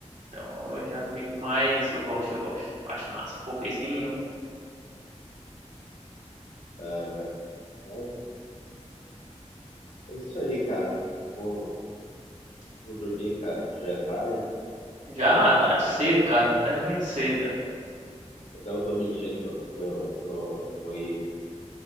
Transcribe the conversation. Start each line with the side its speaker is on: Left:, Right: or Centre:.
Right: Então eu já fico mais. Eu gosto, eu gosto. Acho massa. Pokerzinho.
Left: é, cara, mas é isso aí, cara, eu vou, vou dormir, cara, que já é tarde,
Right: Já tá cedo, cara. Tá dormindo cedo, né?
Left: não, eu tô mentindo pra você, eu, tô, eu vou ir